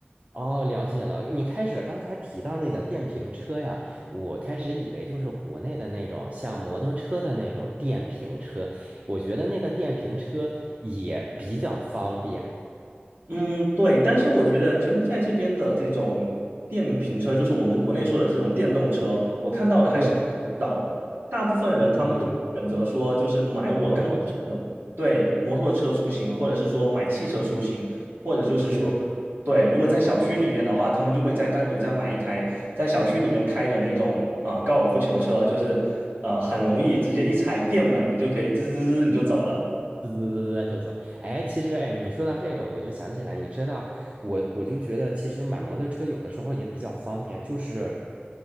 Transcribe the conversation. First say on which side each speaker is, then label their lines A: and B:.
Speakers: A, on the right (about 35°); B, on the right (about 60°).
A: 哦，了解了。你开始刚才提到那个电瓶车呀，我开始以为就是国内的那种像摩托车的那种电瓶车，我觉得那个电瓶车也比较方便。
B: 嗯，对，但是我觉得柬埔寨这边的这种电瓶车，就是我们国内说的这种电动车，我看到的还是比较少的。
A: 对，
B: 大部分人他们都会选择说，
A: 嗯，
B: 就是买我刚才说的，
A: 摩托车
B: 对，摩托车出行，或者是说买汽车出行，或者就是说，
A: 是。
B: 对，如果在小区里面的话，他们就会再单独再买一台在小区里面开的那种呃高尔夫球车，就是呃很容易直接一踩电门，你就可以滋滋滋你就走了。
A: 滋就走。哎，其实哎，你说到这个，我就想起来，你知道，我我就觉得，其实买摩托车有的时候也比较方便，就是